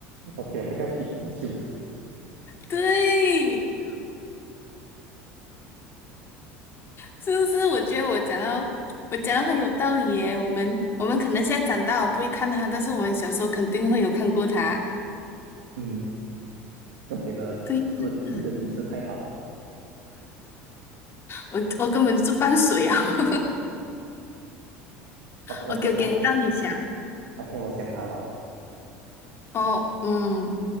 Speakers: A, on the right; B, on the left.
A: ，OK，它叫皮卡丘。
B: 对，是不是？我觉得我讲到我讲到很有道理耶。我们我们可能现在长大了不会看它，但是我们小时候肯定会有看过它。
A: 嗯，我觉得
B: 对呀，
A: good，你的提示太好了。
B: 我我根本就是放水啊。<laughs>
A: OK
B: OK
A: OK，
B: OK，
A: 到到我
B: 到你想
A: OK，我想好了，
B: 哦，嗯，